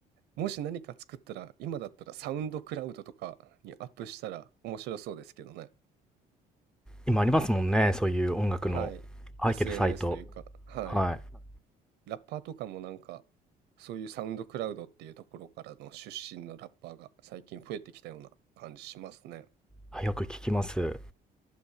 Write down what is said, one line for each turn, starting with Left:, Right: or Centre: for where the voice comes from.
Right: もし何か作ったら、今だったらサウンドクラウドとかにアップしたら面白そうですけどね。
Centre: 今ありますもんね、そういう音楽の入ってるサイト。
Right: はい。SNS というか、はい。
Centre: はい。
Right: ラッパーとかもなんか、そういうサウンドクラウドっていうところからの出身のラッパーが最近増えてきたような感じしますね。
Centre: あよく聞きます。